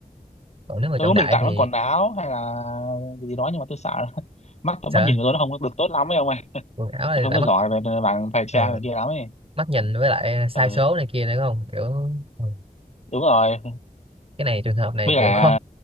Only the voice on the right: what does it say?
còn nếu mà
chọn
đại
thì
sợ
quần áo
này
lại
mất
ờ,
mắt nhìn với lại sai
số này kia nữa không kiểu ừ,
cái này trường hợp này
kiểu khó